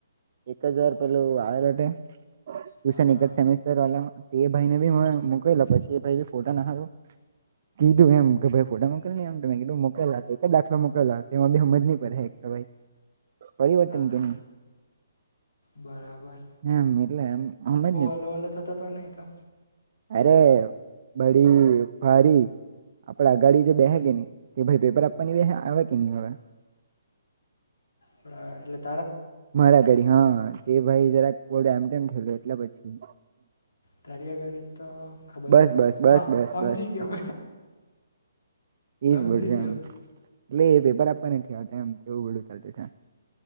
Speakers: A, on the right; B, on the left.
A: એક જ વાર પેલું આવે તે હું
B: હા
A: સે નીકળ
B: હા
A: <unintelligible> સેસ્ટર વાલા તે ભાઈ ને
B: હમ
A: બી મોકલો પછી. એ ભાઈ ફોટા નાખારો, કીધું એમ કે ભ ફોટા મોકલ એમ ત કીધું મોકકેલા. એક જ દાખલા મોકલલા તેમાં બી હમજ નહી પડે એક તો કઈ પરિવર્તન
B: હા હા
A: કેમ
B: બરાબર
A: એમ એટલે એમ જ ને
B: વાલો વાલો થતો હતો નને તો
A: અરે બડી ભારી આપડા અગાડી જે બેસે કે નહીં, તે ભાઈ પેપર આપવાની બે આવે કે નહીં આવે?
B: પ એલે <unintelligible>
A: મારા ઘરે હા. તે ભાઈ જરા કોડ એમ ને એટલે પછી.
B: તારીઅગાડી તો ખબર
A: બસ
B: નહ આવે
A: બસ
B: હા
A: બસ બસ
B: સમજી
A: બસ
B: ગયો
A: બસ એજ
B: સમજી
A: બોલું
B: ગયો
A: એમ
B: <inaudible>
A: એટલે એ પેપર આપવા નથી આવતા, એમ એવું બધું ચાલતું છે.